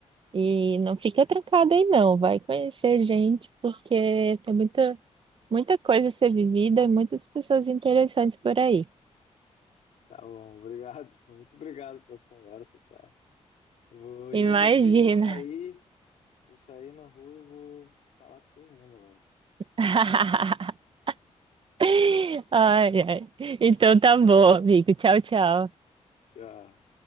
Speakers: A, on the right; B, on the left.
A: e não fica trancado aí não, vai conhecer gente porque tem muita muita coisa a ser vivida e muitas pessoas interessantes por aí.
B: Tá bom, obrigado. <laughs> Muito obrigado pelas conversas, tá? Eu vou
A: Imagina.
B: indo aqui, eu vou sair, vou sair na rua e vou falar com todo mundo né
A: <laughs> Ai, ai. Então tá bom, amigo. Tchau, tchau.
B: Tchau.